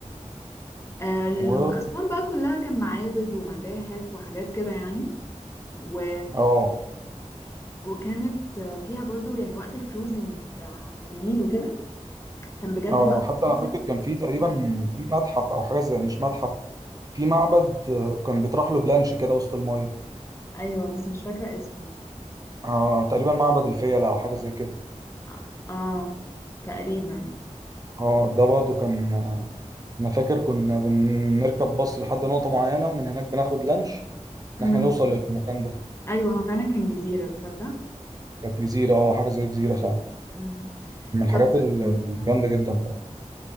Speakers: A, on the left; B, on the right.
A: ال-
B: و
A: أسوان بقى كلها كان معابد ومتاحف وحاجات كده يعني و...
B: اه
A: وكانت فيها برضو يعني وقت الكروزنج في ع- في النيل وكده كان بجد
B: اه
A: بقى
B: حتى
A: مناظر
B: انا فاكر كان في تقريبا
A: تحفة
B: في متحف او حاجه زي مش متحف في معبد آه، كان بيطرح له بلانش كده وسط المايه
A: أيوة بس مش فاكرة اسمه
B: اه تقريبا معبد الفيلة او حاجه زي كده
A: آه آه، تقريبا
B: اه ده برضه كان آه، انا فاكر كنا بنركب باص لحد نقطه معينه ومن هناك بناخد لانش ان
A: مم.
B: احنا نوصل للمكان ده
A: أيوة هو فعلا كان جزيرة تصدق
B: كانت جزيره اه حاجه زي جزيره فعلا
A: مم.
B: من الحاجات
A: طب
B: ال-
A: انت
B: الجامده جدا طبعا